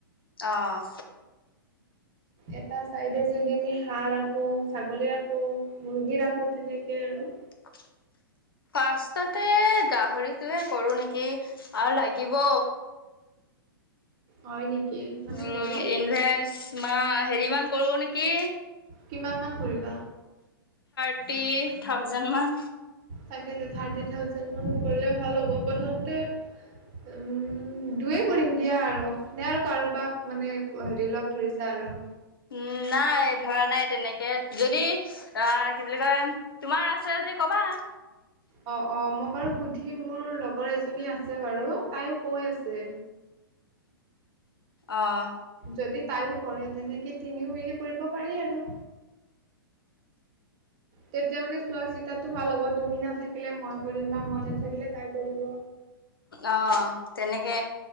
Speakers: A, on the left (about 70°); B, on the right (about 35°).
A: আহঁ
B: এটা চাইডে যদি আমি হাঁহ ৰাখো ছাগলী ৰাখো মুৰ্গী ৰাখো তেনেকে আৰু অ
A: <unintelligible> ফাৰ্ষ্ট তে গাহৰিটোয়ে কৰো নেকি আৰু লাগিব
B: হয় নেকি মানে
A: উম
B: কৰিম
A: ইনভেঞ্চ মা হেৰি মান কৰো নেকি
B: কিমান মান পোহিবা?
A: ফিফটি থাউজেণ্ডমান।
B: তাক থাৰ্টি থাজেন্ড মান কৰিলে ভাল হ'ব প্ৰথমতে উম দুয়ো কৰিম দিয়া আৰু নে আৰু কাৰোবাক মানে হেৰি লগ ধৰিছা আৰু
A: উম নাই ধৰা নাই তেনেকে যদি অ কি বুলি কয় তোমাৰ আছে যদি ক কাবা
B: অ অ মই বাৰু সুধি মোৰ লগৰ এজনী আছে বাৰু তাইও কৈ আছে।
A: আহ
B: যদি তাইও কৰে তেনেকে তিনিও মিলি কৰিব পাৰি আৰু তেতিয়া মানে চোৱা চিতাটো ভাল হ'ব তুমি নাথাকিলে মই কৰিম বা মই নাথাকিলে তাই কৰিব।
A: অ তেনেকে